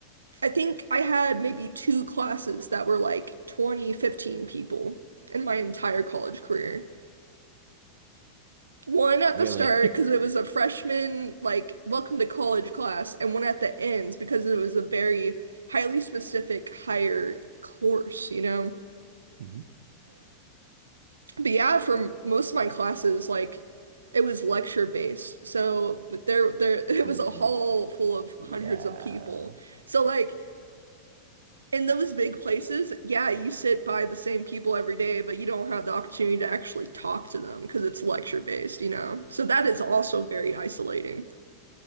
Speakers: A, on the right (about 75°); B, on the right (about 60°).
A: I think I had maybe two classes that were like 20 15 people in my entire college career. One at
B: really.
A: the start
B: <laughs>
A: because it was a freshman, like, welcome to college class, and one at the ends because it was a very highly specific higher course, you know?
B: Mhm.
A: But yeah, for most of my classes, like it was lecture based. So but there there <laughs> it
B: Mm,
A: was a hall full of
B: yeah.
A: hundreds of people. So like in those big places, yeah, you sit by the same people every day, but you don't have the opportunity to actually talk to them because it's lecture based, you know. So that is also very isolating.